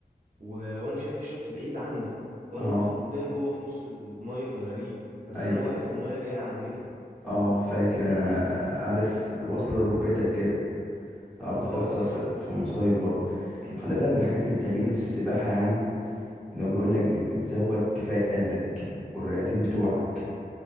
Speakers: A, on the right; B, in the centre.
A: و... وانا شايف الشط بعيد عني وانا
B: اه
A: المفروض قدام جوه في نص الميه في الغريق بس
B: ايوه
A: انا واقف والميه جايه لي عند رجلي
B: اه فاكر انا آه، عارف واصلة ركبتك كده ساعات بتحصل
A: اه بالظبط
B: في في مصايف برضه
A: <clears throat>
B: خلي بالك من الحاجات اللي بتعجبني
A: دي حقيقة
B: في السباحة يعني ان هو بيقول لك بت- بتزود كفاءة قلبك والرئتين بتوعك